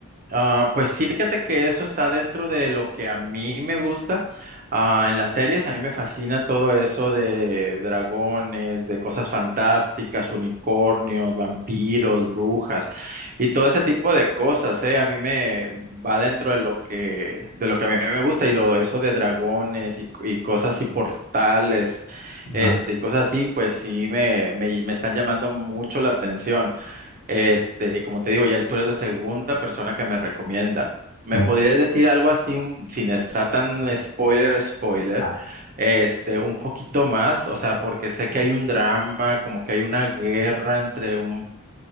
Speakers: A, on the right (about 40°); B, on the left (about 70°).
A: Ah, pues sí, fíjate que eso está dentro de lo que a mí me gusta. Ah, en las series a mí me fascina todo eso de dragones, de cosas fantásticas, unicornios, vampiros, brujas y todo ese tipo de cosas, ¿eh? A mí me va dentro de lo que, de lo que a mí me gusta y lo, eso de dragones y, y cosas y portales,
B: Ajá.
A: este, y cosas así, pues sí me, me me están llamando mucho la atención. Este, como te digo, ya tú eres la segunda persona que me recomienda. ¿Me
B: Y-
A: podrías decir algo así, un- sin estar tan spoiler, spoiler,
B: Ah.
A: este, un poquito más? O sea, porque sé que hay un drama, como que hay una guerra entre un,